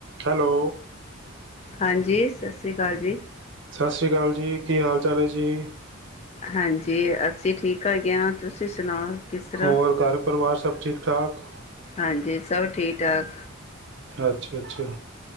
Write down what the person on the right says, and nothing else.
Hello.
ਸਤਿ ਸ਼੍ਰੀ ਅਕਾਲ ਜੀ ਕੀ ਹਾਲ ਚਾਲ ਹੈ ਜੀ।
ਹੋਰ ਘਰ ਪਰਿਵਾਰ ਸਭ ਠੀਕ ਠਾਕ।
ਅੱਛਾ-ਅੱਛਾ।